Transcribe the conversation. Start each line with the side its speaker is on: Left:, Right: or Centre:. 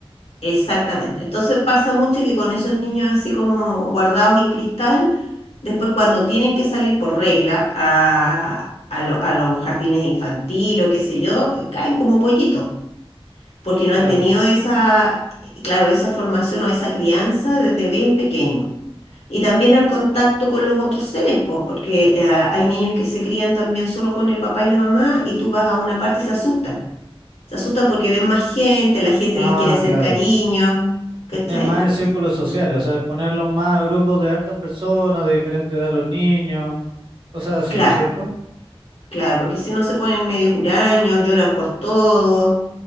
Left: Exactamente. Entonces pasa mucho que con esos niños así como guardados en cristal, después cuando tienen que salir por regla a, a lo- a los jardines infantiles o qué sé yo, caen como pollitos. porque no
Right: claro.
Left: han tenido esa, claro, esa formación o esa crianza desde bien pequeño. Y también el contacto con los otros seres, po, porque eh, hay niños que se crían también solo con el papá y la mamá y tú vas a una parte y se asustan. Se asustan porque ven más gente, la gente
Right: Ah,
Left: les quiere hacer
Right: claro,
Left: cariño, ¿cachai?
Right: que estén más en círculos sociales, o sea, exponerlos más a grupos de hartas personas, de diferente edad los niños, cosas así,
Left: Claro,
Right: ¿no es cierto?
Left: claro, porque si no se ponen medio huraños, lloran por todo.